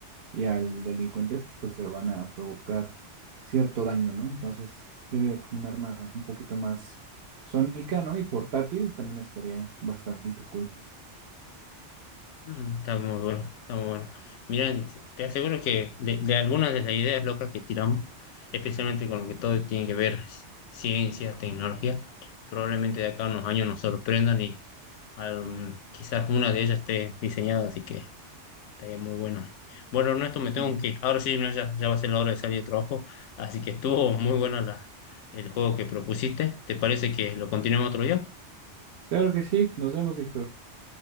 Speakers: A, on the right; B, on the left.
A: y al delincuente, pues le van a provocar cierto daño, ¿no? Entonces, yo diría que un arma un poquito más sónica, ¿no? Y portátil también estaría bastante cool.
B: Mm, Está muy bueno, está muy bueno. Mira, te aseguro que de, de algunas de las ideas locas que tiramos, especialmente con lo que todo tiene que ver ciencia, tecnología, probablemente de acá a unos años nos sorprendan y al- quizás una de ellas esté diseñada, así que estaría muy bueno. Bueno, Ernesto,
A: Sí.
B: me tengo que ir. Ahora sí, no, ya, ya va a ser la hora de salir de trabajo, así que estuvo muy buena la, el juego que propusiste. ¿Te parece que lo continuemos otro día?
A: Claro que sí. Nos vemos, Víctor.